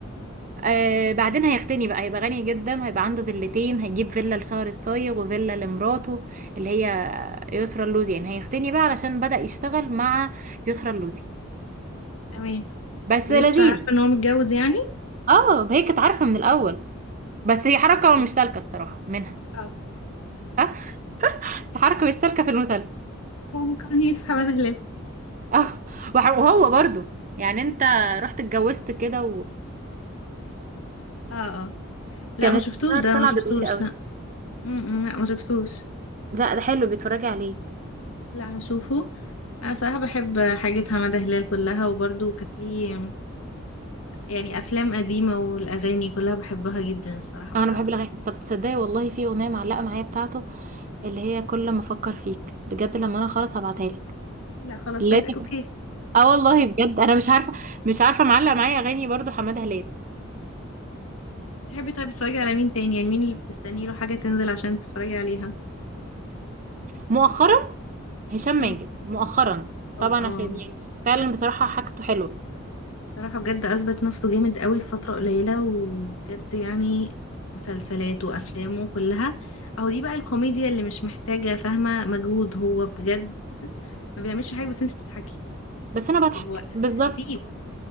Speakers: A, on the right; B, on the left.
A: آه بعدين هيغتني بقى هيبقى غني جدا هيبقى عنده فيلتين هيجيب فيلا لسهر الصايغ وفيلا لمراته اللي هي يسرى اللوزي يعني هيغتني بقى علشان بدأ يشتغل مع يسرى اللوزي
B: تمام
A: بس
B: ويسرا
A: لذيذ
B: عارفة ان هو متجوز يعني
A: اه هي كانت عارفة من الأول بس هي حركة
B: اوكي.
A: مش سالكة الصراحة منها
B: اه
A: ها حركة مش سالكة في المسلسل
B: <laughs> كان كان هي في حمادة هلال
A: اه وح- وهو برضو يعني انت رحت اتجوزت كده
B: اه اه لا
A: وكانت
B: ما شفتوش ده
A: طالعه
B: ما شفتوش
A: بتغير قوي
B: لا م-م. لا ما شفتوش
A: لا ده حلو بيتفرجي عليه
B: لا هشوفه انا صراحة بحب حاجة حمادة هلال كلها وبرضه كانت ليه يعني افلام قديمة والاغاني كلها بحبها جدا الصراحة بتاعته
A: آه، انا بحب الاغاني طب تصدقي والله في اغنيه معلقه معايا بتاعته اللي هي كل ما افكر فيك بجد لما انا خلاص هبعتها لك
B: لا خلاص
A: لازم
B: لازم اوكي
A: اه والله بجد انا مش عارفه مش عارفه معلق معايا اغاني برضو حماده هلال
B: تحبي طيب تتفرجي على مين تاني يعني مين اللي بتستني له حاجة تنزل عشان تتفرجي عليها
A: مؤخرا هشام ماجد
B: اه
A: مؤخرا طبعا
B: اه اه
A: عشان يعني فعلا بصراحه حاجته حلوه
B: صراحة بجد أثبت نفسه جامد قوي في فترة قليلة وبجد يعني مسلسلاته وأفلامه كلها أهو دي بقى الكوميديا اللي مش محتاجة فاهمة مجهود هو بجد ما بيعملش حاجة بس انت بتضحكي
A: بس انا بضحك
B: هو
A: بالظبط
B: خفيف